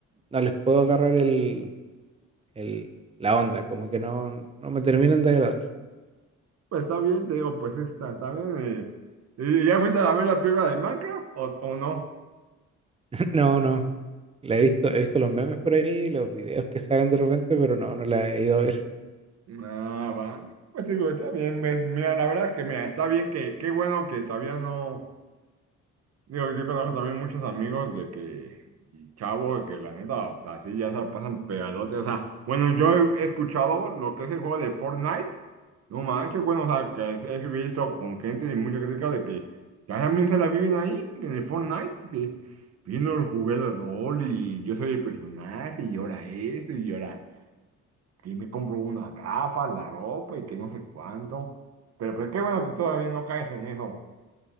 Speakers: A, on the right (about 20°); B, on the right (about 55°).
A: no les puedo agarrar el, el- la onda, como que no, no me terminan de agradar.
B: Pues está bien, te digo, pues está, está bien. eh, ¿Y y ya fuiste a ver la película de Minecraft o, o no?
A: <laughs> No, no. La he visto, he visto los memes por ahí, los videos que salen de repente, pero no, no la he ido a ver.
B: Ah, va. Pues digo, está bien, ves. Mira, la verdad que, mira, está bien que, qué bueno que todavía no. Digo, yo conozco también muchos amigos de que, y chavos, de que la neta, o sea, sí, ya se la pasan pegadotes. O sea, bueno, yo he escuchado lo que es el juego de Fortnite. No manches, bueno, o sea, que es- he visto con gente y mucha crítica de que ya también se la viven ahí, en el Fortnite, que vino el juguete de rol y yo soy el personaje y ahora esto y ahora y me compro unas gafas, la ropa y que no sé cuánto. Pero, pero qué bueno que todavía no caes en eso.